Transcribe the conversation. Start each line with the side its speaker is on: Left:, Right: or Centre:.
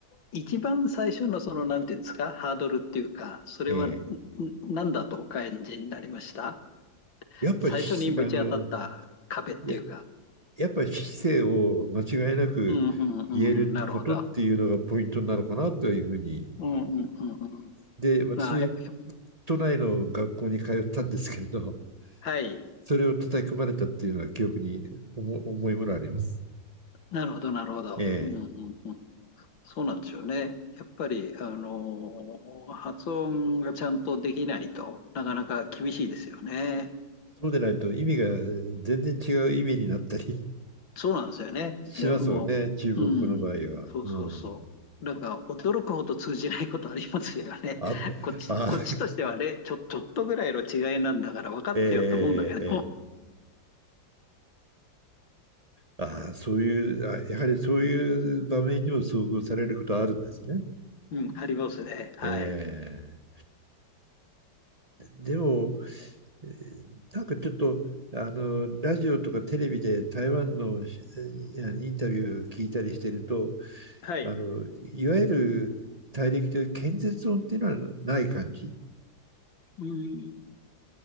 Left: 一番最初のそのなんていうんですか、ハードルっていうか、それはんん
Right: ええ。
Left: 何だとお感じになりました
Right: やっぱりし、
Left: 最初にぶち当たった壁っていうか。
Right: あの、や、やっぱり市を間違いなく言えることっていうのがポイントなのかなというふうに。
Left: うんうんうん、なるほど。うんうんうんうん。
Right: で、私、
Left: まあ、え
Right: 都内の学校に通ったんですけれど、
Left: はい。
Right: それを叩き込まれたっていうのは記憶に重いものあります。
Left: なるほど、なるほど。
Right: ええ。
Left: うんうんうん。そうなんですよね。やっぱり、あのー発音がちゃんとできないとなかなか厳しいですよね。
Right: そうでないと意味が全然違う意味になったり
Left: そうなんですよね。
Right: しますよね、
Left: でもう、
Right: 中国語の場合は。
Left: うん、そうそうそう。
Right: うん。
Left: なんか驚くほど通じないことありますよね。
Right: あ、
Left: こっち、
Right: あ、
Left: こっちとしてはね、ちょ、ちょっとぐらいの違いなんだから分かってよって思うんだけど。
Right: <laughs> ええええ。あそういう、やはりそういう場面にも遭遇されることあるんですね。
Left: うん、ありますね。はい。
Right: ええ。でも、えーなんかちょっと、あの、ラジオとかテレビで台湾のしえーインタビュー聞いたりしてると、
Left: はい。
Right: あの、いわゆる大陸という建設音っていうのはない感じ。
Left: うん。